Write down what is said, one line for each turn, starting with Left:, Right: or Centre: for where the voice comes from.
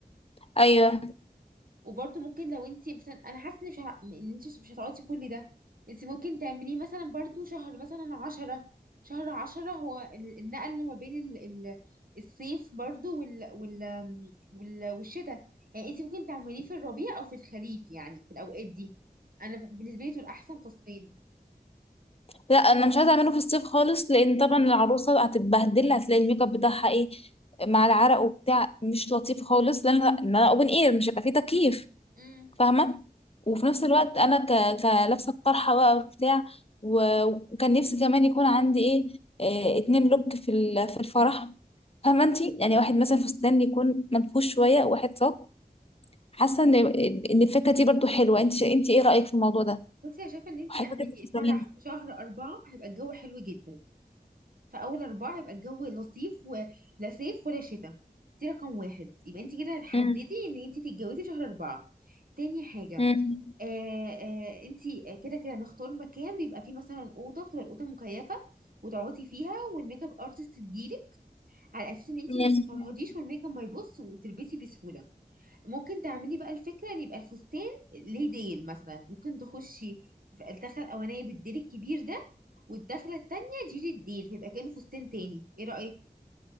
Left: ايوه
Right: وبرضه ممكن لو انت مثلا انا حاسه ان مش ه... ان انت مش هتقعدي كل ده انت ممكن تعمليه مثلا برضه شهر مثلا عشرة شهر عشرة هو ال- النقل ما بين ال... ال... الصيف برضه وال... وال... وال... والشتاء يعني انت ممكن تعمليه في الربيع او في الخريف يعني في الاوقات دي انا بالنسبه لي دول احسن فصلين
Left: لا انا مش عايزه اعمله في الصيف خالص لان طبعا العروسه هتتبهدل هتلاقي الميك اب بتاعها ايه مع العرق وبتاع مش لطيف خالص لان إن انا اوبن اير مش هيبقى فيه تكييف
Right: امم
Left: فاهمه وفي نفس الوقت انا ك... كلابسه الطرحه بقى وبتاع و- وكان نفسي كمان يكون عندي ايه آه، اتنين لوك في ال- في الفرح فاهمه انتي يعني واحد مثلا فستان يكون منفوش شويه وواحد صاج حاسه ان ان الفكره دي برضو حلوه انت انت ايه رايك في الموضوع ده؟
Right: بصي انا شايفه ان انت
Left: وحابه
Right: اعملي
Left: فكره الفستانين
Right: الفرح
Left: دي
Right: في شهر أربعة هيبقى الجو حلو جدا في اول اربعه يبقى الجو لطيف ولا صيف ولا شتاء دي رقم واحد يبقى انت كده هتحددي
Left: مم.
Right: ان انت تتجوزي شهر اربعه تاني حاجه
Left: مم.
Right: آه آه انت كده كده نختار مكان بيبقى فيه مثلا اوضه بتبقى الاوضه مكيفه وتقعدي فيها والميك اب ارتست تجيلك على اساس ان انت
Left: مم.
Right: ما تتفرهديش والميك اب ما يبص وتلبسي بسهوله ممكن تعملي بقى الفكرة ان يبقى الفستان ليه ديل مثلا ممكن تخشي في الدخلة الأولانية بالديل الكبير ده والدخلة التانية جيري الديل فيبقى كأنه فستان تاني ايه رأيك؟